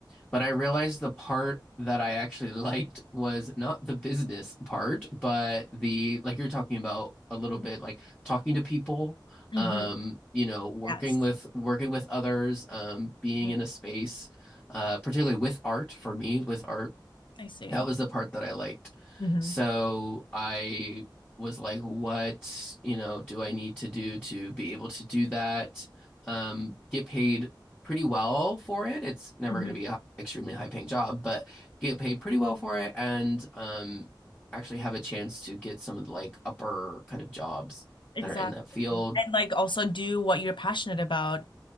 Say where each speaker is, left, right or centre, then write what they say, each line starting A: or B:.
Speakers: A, on the left; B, on the left.
A: But I realized the part that I actually <laughs> liked was not the business part, but the like you're talking about a little bit, like talking to people,
B: hmm
A: um, you know, working
B: Yes.
A: with working with others, um, being
B: Mm,
A: in a space, uh, particularly with art for me, with art
B: I see.
A: that was the part that I liked.
B: hmm
A: So I was like, what, you know, do I need to do to be able to do that? Um, get paid pretty well for it. It's never
B: hmm
A: going to be an extremely high paying job, but get paid pretty well for it and um, actually have a chance to get some of the like upper kind of jobs
B: Exactly.
A: that are in that field.
B: And like also do what you're passionate about.